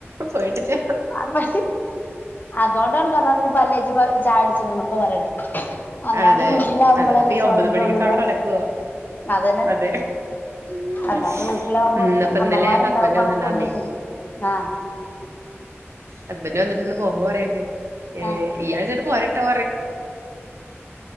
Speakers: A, on the right; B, on the left.
A: പോയിട്ടില്ല.
B: അപ്പൊ അതുകൊണ്ടാണ് പറഞ്ഞത്, പല്ലേച്ചു വന്ന് ചായ കുടിച്ചൂവെന്നൊക്കെപറയണേ അവനവന്റെ
A: അതെ
B: വീട്ടിലാവു കുമ്പോളല്ലേ,
A: അല്ലെങ്കപ്പ ഈ
B: സ്വതന്ത്രമുള്ളൂല്ലേ.
A: ഒമ്പത് മണിക്കൊക്കെ അവിടെ നടക്കുവോ
B: അതന്നെ
A: അതെ ഉം
B: അവനോന്റെ വീട്ടില ലാകുമ്പോ
A: ഇന്നിപ്പ ഇന്നലെ
B: അമ്മമാരുണ്ടാകുമ്പോ
A: ഹസ്ബന്റ്
B: നമ്മക്കൊന്നും,
A: വന്നിണ്ടാർന്നേ
B: ചെയ്യ് ആ..
A: ഹസ്ബൻഡ്‌ വന്നിട്ടിന്ന് പോകുമ്പോ പറയുണ്ട്
B: ആഹ്
A: ഈ ആഴ്ചയിങ്ങ്പോരട്ടെ,